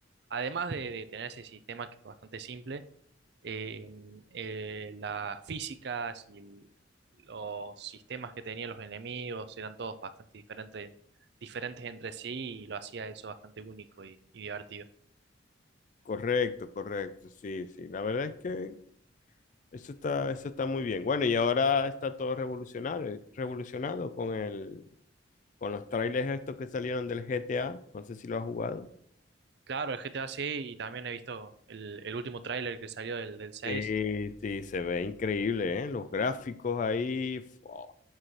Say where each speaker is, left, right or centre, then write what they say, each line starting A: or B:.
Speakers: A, on the right; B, on the left.
A: además de, de tener ese sistema que es bastante simple, eh, eh, las físicas y el- los sistemas que tenían los enemigos eran todos bastante diferentes, diferentes entre sí y lo hacía eso bastante único y, y divertido.
B: Correcto, correcto, sí, sí. La verdad es que eso está, eso está muy bien. Bueno, y ahora está todo revolucionario, revolucionado con el, con los trailers estos que salieron del GTA. No sé si lo has jugado.
A: Claro, el GTA sí, y también he visto el, el último tráiler que salió del, del seis
B: Sí, sí, se ve increíble, ¿eh? Los gráficos ahí. fua.